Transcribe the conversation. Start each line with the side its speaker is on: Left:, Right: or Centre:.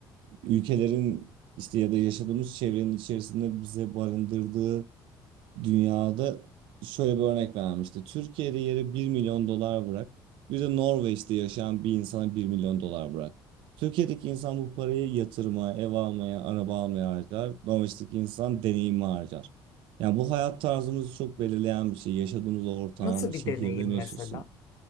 Right: ülkelerin işte ya da yaşadığımız çevrenin içerisinde bize barındırdığı Dünyada şöyle bir örnek vermişti. Türkiye'de yere bir milyon dolar bırak. Bir de Norveç'te yaşayan bir insana bir milyon dolar bırak. Türkiye'deki insan bu parayı yatırmaya, ev almaya, araba almaya harcar. Norveç'teki insan deneyimi harcar. Yani bu hayat tarzımızı çok belirleyen bir şey. Yaşadığımız ortam,
Left: Nasıl bir
Right: şehirde
Left: deneyim
Right: mi yaşıyorsun?
Left: mesela?